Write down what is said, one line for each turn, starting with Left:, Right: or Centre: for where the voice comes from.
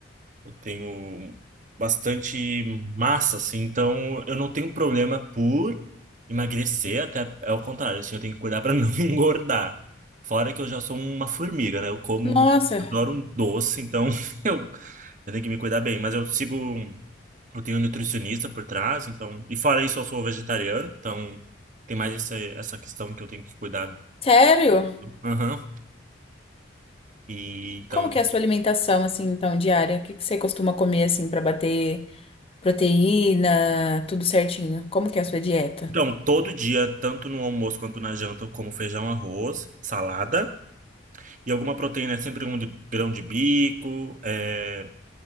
Right: Eu tenho bastante massa, assim, então eu não tenho problema por emagrecer, até é o contrário, assim, eu tenho que cuidar para <laughs> não engordar. Fora que eu já sou uma formiga, né? Eu como,
Left: Nossa,
Right: adoro um doce, então <laughs> eu, eu tenho que me cuidar bem. Mas eu sigo, eu tenho um nutricionista por trás, então. E fora isso, eu sou vegetariano, então tem mais essa, essa questão que eu tenho que cuidar.
Left: sério?
Right: Aham. E então.
Left: Como que é a sua alimentação, assim, então, diária? O que que você costuma comer, assim, para bater proteína, tudo certinho? Como que é a sua dieta?
Right: Então, todo dia, tanto no almoço quanto na janta, eu como feijão, arroz, salada e alguma proteína, é sempre um de- grão de bico, é,